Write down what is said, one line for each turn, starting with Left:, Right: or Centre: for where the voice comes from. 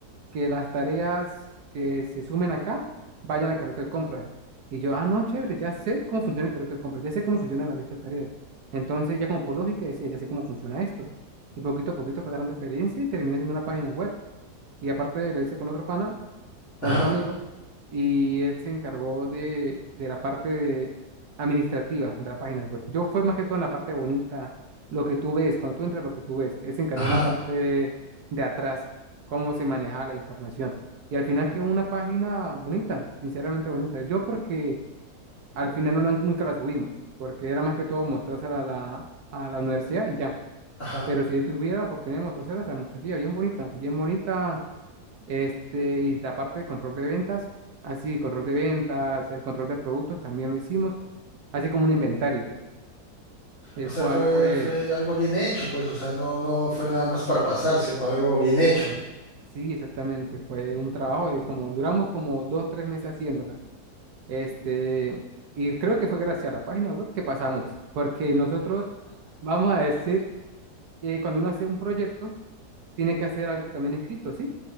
Right: que las tareas que se sumen acá vayan al carrito de compras. Y yo, ah, no, chévere, ya sé cómo funciona el carrito de compras, ya sé cómo funciona la lista de tareas. Entonces, ya como por lógica decía, ya sé cómo funciona esto. Y poquito a poquito fue agarrando experiencia y terminé siendo una página web. Y aparte lo hice con otro pana
Left: Ajá,
Right: con otro amigo y él se encargó de, de la parte de- administrativa de la página web. Yo fue más que todo en la parte bonita, lo que tú ves, cuando tú entras, lo que tú ves. Él se encargó
Left: ajá,
Right: en la parte de de atrás, cómo se manejaba la información. Y al final quedó una página bonita, sinceramente bonita. Yo porque al final no, la- nunca la subimos, porque era más que todo mostrársela a la, a la universidad y ya.
Left: ajá.
Right: Pero si tuviera la oportunidad de mostrársela, se la mostraría bien bonita, bien bonita este, y la parte de control de ventas, así, control de ventas, el control de productos también lo hicimos, así como un inventario, el
Left: O sea,
Right: cual
Left: fue,
Right: pues
Left: fue algo bien hecho, pues, o sea, no, no fue nada más para pasar, sino algo bien hecho.
Right: sí, exactamente, fue un trabajo de como duramos como dos, tres meses haciéndola. Este, y creo que fue gracias a la página web que pasamos, porque nosotros vamos a decir que cuando uno hace un proyecto, tiene que hacer algo también escrito, ¿sí?